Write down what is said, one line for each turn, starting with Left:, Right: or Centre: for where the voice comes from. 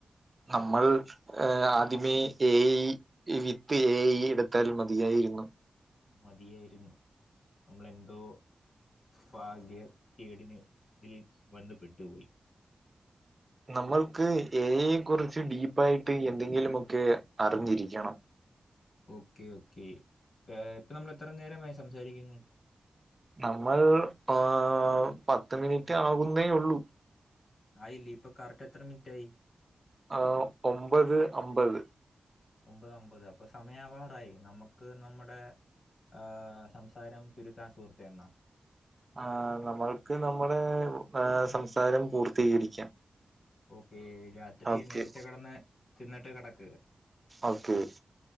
Right: നമ്മൾ ഏ ആദ്യമേ എ വിത്ത് എ എടുത്താൽ മതിയായിരുന്നു.
Left: മതിയായിരുന്നു നമ്മളെന്തോ ഭാഗ്യ കേടിന് ഇതിൽ വന്ന്പ്പെട്ടുപോയി.
Right: നമ്മൾക്ക് എയെ കുറിച്ച് ഡീപ്പ ആയിട്ട് എന്തെങ്കിലുമൊക്കെ അറിഞ്ഞിരിക്കണം.
Left: ഓക്കെ ഓക്കെ ഇപ്പൊ നമ്മൾ എത്ര നേരമായി സംസാരിക്കുന്നു.
Right: നമ്മൾ ആഹ് പത്ത് മിനിറ്റ് ആകുന്നേ ഉള്ളൂ.
Left: ആയില്ലേ ഇപ്പൊ കറക്റ്റ് എത്ര മിനിറ്റ് ആയി.
Right: ആഹ് ഒമ്പത് അമ്പത്
Left: ഒമ്പത് അമ്പത് അപ്പൊ സമയമാവാറായി നമുക്ക് നമ്മുടെ ആഹ് സംസാരം ചുരുക്കാൻ സുഹൃത്തേ എന്നാ
Right: ആഹ് നമ്മൾക്ക് നമ്മുടെ സംസാരം പൂർത്തീകരിക്കാം.
Left: ഓക്കേ രാത്രി
Right: ഓക്കെ
Left: നേരത്തെ കിടന്ന് തിന്നിട്ട് കിടക്ക്.
Right: ഓക്കെ